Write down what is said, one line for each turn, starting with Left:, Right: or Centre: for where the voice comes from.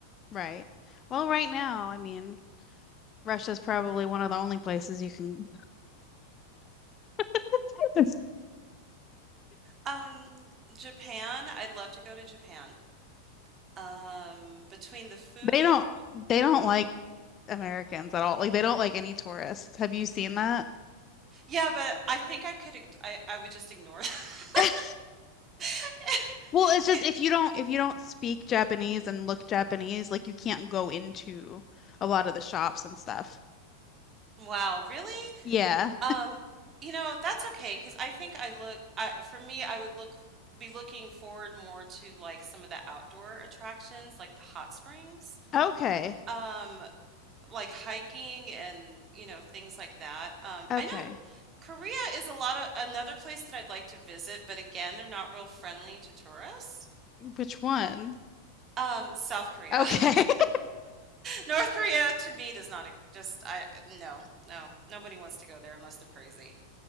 Left: right. Well, right now, I mean, Russia's probably one of the only places you can <laughs> They
Right: Um, Japan, I'd love to go to Japan. Um, between the food
Left: don't they don't like Americans at all. Like they don't like any tourists. Have you seen that?
Right: Yeah, but I think I could ig- I I would just ignore that.
Left: <laughs>
Right: <laughs>
Left: Well, it's just
Right: Yeah.
Left: if you don't if you don't speak Japanese and look Japanese, like you can't go into a lot of the shops and stuff.
Right: Wow, really?
Left: Yeah.
Right: Um, you know, that's okay because I think I look I for me I would look be looking forward more to like some of the outdoor attractions like the hot springs,
Left: Okay.
Right: um, like hiking and, you know, things like that. Um,
Left: Okay.
Right: I know Korea is a lot of another place that I'd like to visit, but again, they're not real friendly to tourists.
Left: Which one?
Right: Um, South Korea.
Left: Okay.
Right: <laughs>
Left: <laughs> I
Right: North Korea to me does not e- just I no no nobody wants to go there unless they're crazy.